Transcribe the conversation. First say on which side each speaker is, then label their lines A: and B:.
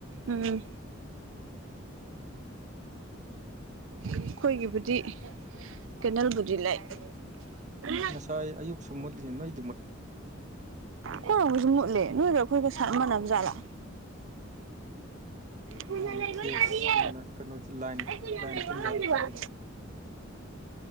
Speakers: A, on the right; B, on the right.
A: ꯎꯝ ꯑꯩꯈꯣꯏꯒꯤꯕꯨꯗꯤ ꯀꯦꯟꯗꯥꯜꯕꯨꯗꯤ ꯂꯩ <unintelligible>
B: ꯉꯁꯥꯏ ꯑꯌꯨꯛꯁꯨ ꯃꯨꯠꯂꯤ ꯅꯣꯏ
A: ꯀꯣꯏꯒꯁꯨ ꯃꯨꯠꯂꯦ ꯅꯣꯏꯒ ꯑꯩꯈꯣꯏꯒ ꯃꯥꯟꯅꯕ ꯖꯥꯠꯂꯥ ꯀꯨꯅ
B: ꯎꯝ
A: ꯂꯩꯕ
B: ꯐꯦꯁ
A: ꯌꯥꯔꯤꯌꯦ
B: ꯃꯥꯅ ꯀꯩꯅꯣꯁꯦ ꯂꯥꯏꯟ
A: ꯑꯩ ꯀꯨꯏ ꯌꯥꯝ
B: ꯂꯥꯏꯟ
A: ꯂꯩꯕ
B: ꯄꯨꯟꯖꯥꯠꯂ
A: ꯉꯪꯗꯕ
B: ꯈꯪꯗꯦ